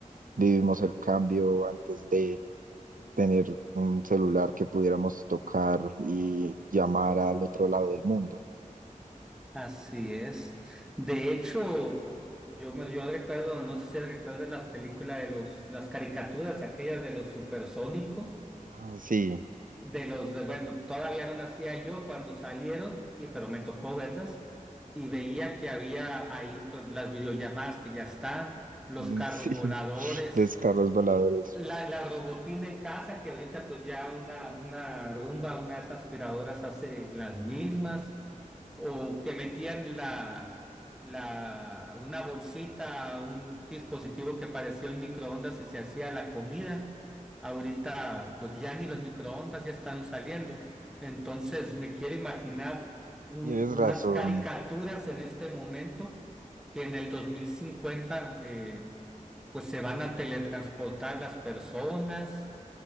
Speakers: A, on the right (about 80°); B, in the centre.
A: vivimos el cambio antes de tener un celular que pudiéramos tocar y llamar al otro lado del mundo.
B: Así es. De hecho, yo me yo recuerdo, no sé si recuerdas las películas de los, las caricaturas, aquellas de los supersónicos,
A: Ah, sí,
B: de los de, bueno, todavía no nacía yo cuando salieron, y pero me tocó verlas, y veía que había ahí pues las videollamadas que ya están, los
A: <laughs>
B: carros
A: sí,
B: voladores,
A: los carros voladores.
B: la, la robotina en casa, que ahorita pues ya una, una Rumba, unas aspiradoras hace las mismas o que metían la, la, una bolsita, un dispositivo que parecía un microondas y se hacía la comida. Ahorita, pues ya ni los microondas ya están saliendo. Entonces, me quiero imaginar un-
A: Tienes razón,
B: unas caricaturas en este momento que en el 2050, eh, pues se van a teletransportar las personas,